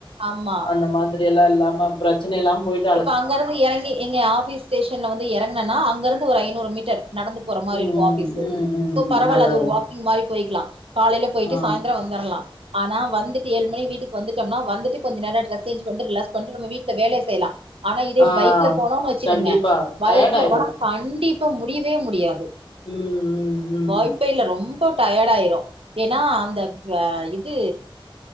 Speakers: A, on the right (about 85°); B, on the left (about 70°).
A: ஆமா
B: அந்த மாத் ரில்லா இல்லாம பிரச்சன இல்லம போயிட்
A: இப்ப அங்கருந்து இறங்கி எங்க ஆபிஸ் ஸ்டேஷன்ல வந்து இறங்கனனா அங்கருந்து ஒரு ஐநூறு மீட்டர் நடந்து போற மாரி
B: ம்
A: இருக்கு ஆபீஸ்ஷு
B: ம் ம்
A: சோ பரவால்ல
B: அதா
A: அது
B: அதா
A: ஒரு வாக்கிங் மாரி போயிக்லா காலைல போயிட்டு
B: ஆ
A: சாய்ந்ரோ வந்தர்லா ஆனா வந்துட்டு ஏழு மணி வீட்டுக்கு வந்துட்டம்னா வந்துட்டு கொஞ்ச நேரோ ட்ரஸ் சேஞ் பண்ட்டு ரிலாக்ஸ் பண்ட்டு நம்ம வீட்ல வேலய செய்லா ஆனா இதே
B: ஆ
A: பைக்ல போனோன் வச்சுக்கோங்க
B: கண்டிப்பா
A: பைக்ல
B: டயர்ட் ஆயிரு
A: போனா கண்டிப்பா முடியவே முடியாது
B: ம் ம் ம்
A: வாய்ப்பே இல்ல ரொம்போ டயேட்டாயிரு ஏனா அந்த ட்ரே இது